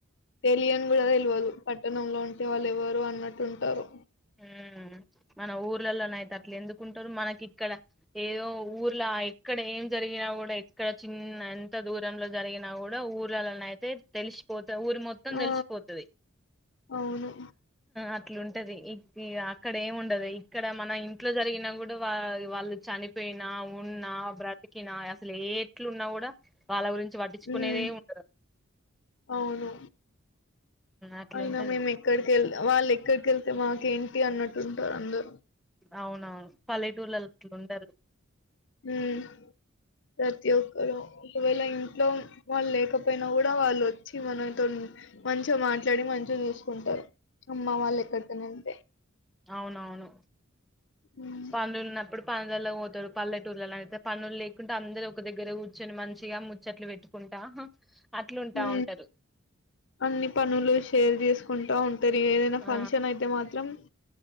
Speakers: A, on the left (about 60°); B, in the centre.
A: తెలియన్ కూడా తెల్వదు పట్టణంలో ఉంటే వాళ్ళు ఎవరో అన్నట్టు ఉంటారు
B: ఊ మన ఊర్లలోన అయితే అట్లు ఎందుకుంటారు మనకి ఇక్కడ ఏదో ఊర్లో ఇక్కడ ఏం జరిగి కూడా ఇక్కడ చిన్న ఎంత దూరంలో జరిగినా కూడా ఊర్లలోనే అయితే తెలిసి ఊరి మొత్తం
A: ఆ
B: తెలిసిపోతది
A: అవును
B: ఇట్లు ఉంటది అక్కడ ఏమి ఉండదు ఇక్కడ మన ఇంట్లో జరిగినా కూడా వాళ్ళు వాళ్ళ చనిపోయి పోయిన ఉన్నా బ్రతికినా అసలు ఏ ఎట్లు ఉన్నా కూడా వాళ్ళ గురించి పట్టించుకునేదే
A: ఉమ్
B: ఉండదు
A: అవును
B: అట్లుంటది
A: అయినా మేము ఎక్కడికెళ్ వాళ్ళు ఎక్కడికెళ్తే మాకేంటి అన్నట్టుంటారు అందరు
B: అవునవును పల్లెటూళ్ళలో అట్లా ఉండరు
A: ఉమ్ ప్రతి ఒక్కరు ఒకవేళ ఇంట్లో వాళ్ళు లేకపోయినా కూడా వాళ్ళు వచ్చి మనతో మంచిగా మాట్లాడి మంచిగా చూసుకుంటారు అమ్మ వాళ్ళు ఎక్కడికన్నా వెళ్తే
B: అవునవును
A: ఉమ్
B: పనులు ఉన్నప్పుడు పనులల్లో పోతారు పల్లెటూళ్లలో అయితే పనులు లేకుంటే అందరు ఒక దగ్గర కూర్చొని మంచి గా ముచ్చట్లు పెట్టుకుంటా అట్లుంటా
A: ఊ
B: ఉంటారు
A: అన్ని పనులు షేర్ చేసుకుంటా ఉంటా తేరి ఏదైనా
B: ఆ
A: ఫంక్షన్ అయితే మాత్రం